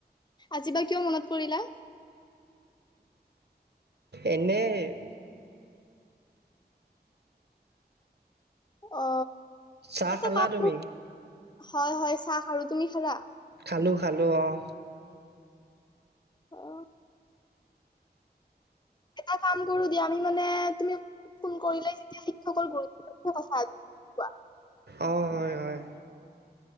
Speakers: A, on the left; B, on the right.
A: আজিবা কিয় মনত কৰিলা
B: এনেই <inaudible>
A: অ
B: চাহ
A: এটা
B: খালা
A: কাম
B: তুমি
A: হয় হয় চাহ খালো আৰু তুমি খালা
B: খালোঁ খালোঁ অহ
A: অ' এটা কাম কৰো দিয়া আমি মানে তুমি ফোন কৰিলে যেতিয়া শিক্ষকৰ গুৰুত্ব কথা কোৱা
B: অঁ হয় হয়